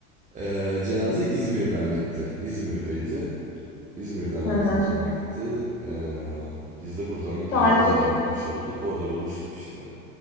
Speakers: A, on the right; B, on the left.
A: Ee, cenaze İzmir'den gitti. İzmir'deydi. İzmir'den Erzincan'a
B: Hı hı.
A: gitti. Ee, biz de buradan
B: Tarifeli
A: Erzincan'a gitmiş olduk. Orada buluştuk işte.